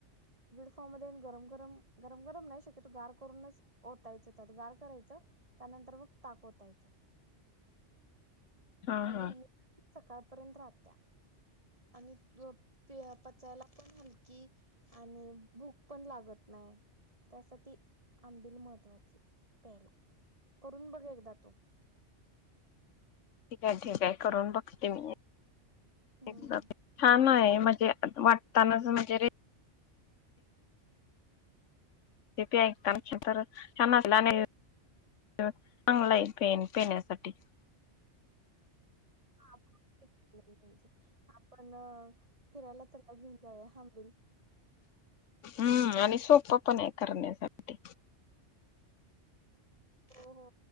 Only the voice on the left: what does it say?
हां-हां
ठीक आहे. ठीक आहे. करून बघते मी.
<unintelligible> छान आहे. म्हणजे वाटतानाच वगैरे तेबी ऐकतान तर छान वाटल आणि चांगला आहे हाय पेय पिण्यासाठी.
हम्म आणि सोपं पण आहे करण्यासाठी.